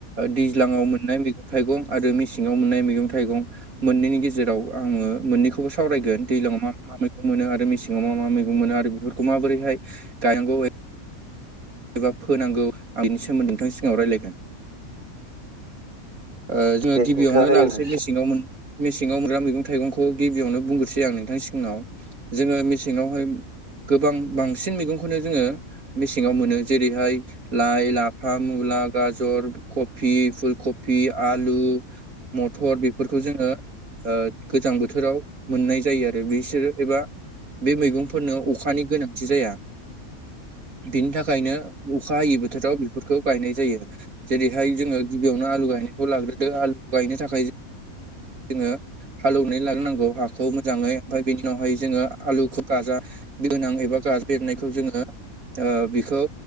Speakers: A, on the right (about 75°); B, on the right (about 35°).
A: दैज्लाङाव मोननाय मैगं थाइगं आरो मेसेङाव मोननाय मैगं थाइगं मोननैनि गेजेराव आङो मोननैखौबो सावरायगोन दैलाङाव मा मा मैगं मोनो आरो मेसेाव मा मा मैगं मोनो आरो बेफोरखौ माबोरैहाय गायनांगौ एबा फोनांगौ आं बेनि सोमोन्दै नोंथांनि सिगाङाव रायलायगोन ओ जोङो
B: दे
A: गिबियावनो
B: नोंथाङा रायलायनो
A: लाग्रोसै मेसेङाव मोन मेसेङाव मोनग्रा मैगं थाइगंखौ गिबियावनो बुंग्रोसै आं नोंथांनि सिगनाव जोङो मेसेङावहाय गोबां बांसिन मैगंखौनो जोङो मेसेङाव मोनो जेरैहाय लाइ, लाफा, मुला, गाजर, कफि, फुल कफि, आलु, मटर बेफोरखौ जोङो ओ गोजां बोथोराव मोननाय जायो आरो बिसोरो एबा बे मैगंफोरनो अखानि गोनांथि जाया। बिनि थाखायनो अखा हायै बोथोराव बेफोरखौ गायनाय जायो। जेरैहाय जोङो गिबियावनो आलु गायनायखौ लाग्रोदो आलु गायनो थाखाय जोङो हालौवनानै लानोनांगौ हाखौ मोजाङै ओमफ्राय बेनि उनावहाय जोङो आलुखौ गाजा गोनां एबा गाजाबेरनायखौ जोङो बेखौ